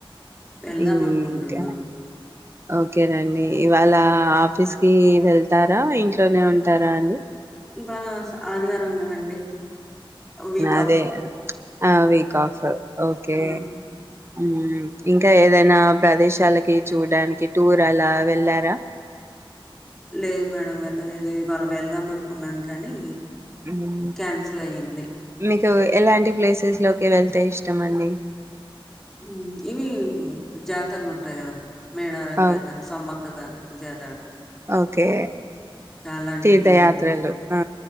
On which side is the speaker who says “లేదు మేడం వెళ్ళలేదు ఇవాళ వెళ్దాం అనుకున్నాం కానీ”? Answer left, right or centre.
Centre